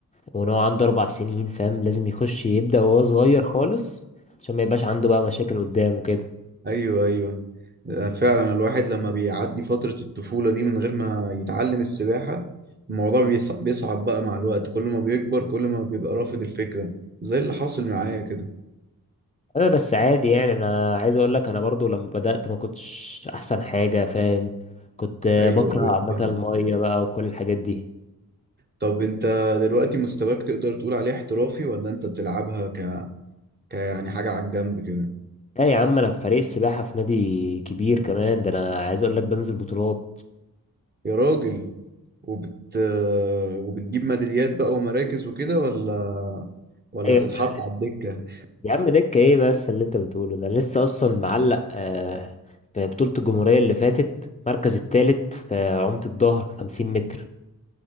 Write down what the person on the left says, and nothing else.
وان هو عنده اربع سنين فاهم لازم يخش يبدأ وهو صغير خالص عشان ما يبقاش عنده بقى مشاكل قدام وكده
انا بس عادي يعني انا عايز اقول لك انا برضو لما بدأت ما كنتش احسن حاجة فاهم كنت آه،
بكره
عامة
المية بقى وكل الحاجات دي
لا يا عم انا في فريق السباحة في نادي كبير كمان ده انا عايز اقول لك بنزل بطولات
ايوه
يا عم انا لسه
يا عم دكة ايه بس اللي انت بتقوله ده انا لسه اصلا معلق آه، في بطولة الجمهورية اللي فاتت المركز التالت في عمت الظهر 50 متر